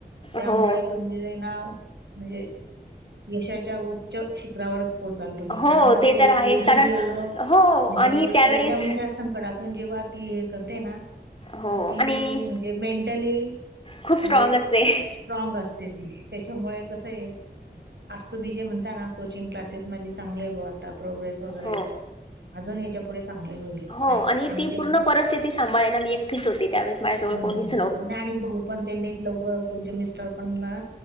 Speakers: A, on the right; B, on the left.
A: त्यामुळे
B: हो
A: तुम म्ह नाव म्हणजे यशाच्या उच्च शिखरावरच पोचाल तुम्ही
B: हो
A: कारण कसं
B: ते तर
A: एक
B: आहेच
A: लेडीज
B: कारण
A: एवढं
B: हो
A: म्हणजे
B: आणि
A: एवढ्या
B: त्यावेळेस
A: मोठ्या संकटात तून जेव्हा ती हे करते ना
B: हो
A: तर ती
B: आणि
A: म्हणजे मेंटली म्हणजे
B: खूप स्ट्रॉंग असते
A: स्ट्रॉग असते ती त्याच्यामुळे कस आहे आज तुम्ही जे म्हणता ना कोचिंग क्लासेस माझे चांगले बुवा ता प्रोग्रेस वगैरे
B: हो
A: अजून याच्या पुढे चांगली होईल
B: हो
A: काय
B: आणि ती
A: ते
B: पूर्ण
A: हं,
B: परिस्थिती सांभाळायला मी एकटीच होते त्यावेळेस माझजवळ कोनीच
A: हं, आणि भाऊ पण त्यांनी लवकर तुमच्या मिस्टर पण ना